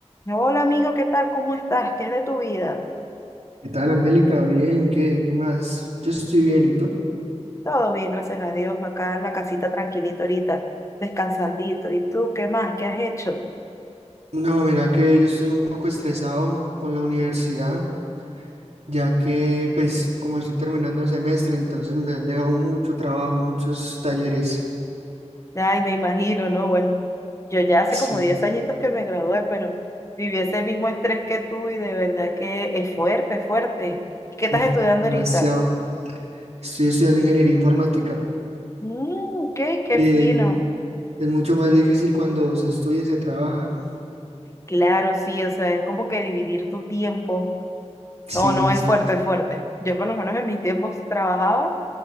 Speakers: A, on the left (about 25°); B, on the right (about 65°).
A: Hola amigo, ¿qué tal? ¿Cómo estás? ¿Qué es de tu vida?
B: ¿Qué tal, Angélica? Bien, ¿qué, qué más? Yo estoy bien, ¿y tú?
A: Todo bien, gracias a Dios, acá en la casita tranquilito ahorita, descansandito. ¿Y tú qué más? ¿Qué has hecho?
B: No, mira que yo estoy un poco estresado con la universidad, ya que, pues, como estoy terminando el semestre, entonces me han dejado mucho trabajo, muchos talleres.
A: Ay, me imagino, ¿no? Bueno, yo ya hace
B: Sí,
A: como 10 añitos que me gradué, pero viví ese mismo estrés que tú y de verdad que es fuerte, fuerte. ¿Y qué estás
B: <laughs>
A: estudiando
B: demasiado.
A: ahorita?
B: Estoy estudiando ingeniería informática
A: Mmm, ok, qué
B: y
A: fino.
B: es mucho más difícil cuando se estudia y se trabaja, ¿no?
A: Claro, sí, o sea, es como que dividir tu tiempo.
B: Sí,
A: No, no,
B: exacto.
A: es fuerte, es fuerte. Yo por lo menos en mis tiempos trabajaba,